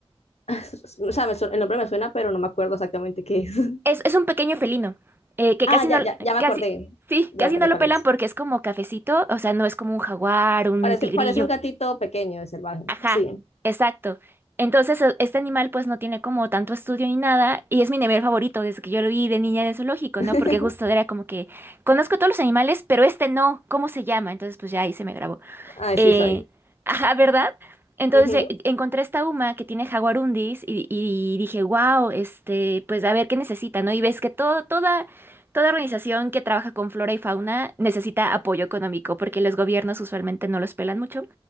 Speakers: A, on the left; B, on the right.
A: <laughs> O sea, me su- el nombre me suena, pero no me acuerdo exactamente qué es. <laughs>
B: Es, es un pequeño felino, eh, que
A: Ah,
B: casi
A: ya,
B: no,
A: ya, ya me
B: casi,
A: acordé.
B: sí,
A: Ya
B: casi
A: me acordé
B: no lo
A: cuál
B: pelan
A: es.
B: porque es como cafecito, o sea, no es como un jaguar, un
A: Parece,
B: tigrillo.
A: parece un gatito pequeño de salvaje.
B: Ajá,
A: Sí.
B: exacto. Entonces, e- este animal pues no tiene como tanto estudio ni nada, y es mi nivel favorito desde que yo lo vi de niña en el zoológico,
A: <laughs>
B: ¿no? Porque justo era como que conozco todos los animales, pero este no, ¿cómo se llama? Entonces, pues ya ahí se me grabó.
A: Ay,
B: Eh,
A: sí soy.
B: ajá, ¿verdad? Entonces
A: Ujú.
B: eh, encontré esta UMA que tiene jaguarundis y, y dije, wow, este, pues a ver qué necesita, ¿no? Y ves que todo, toda, toda organización que trabaja con flora y fauna necesita apoyo económico porque los gobiernos usualmente no los pelan mucho.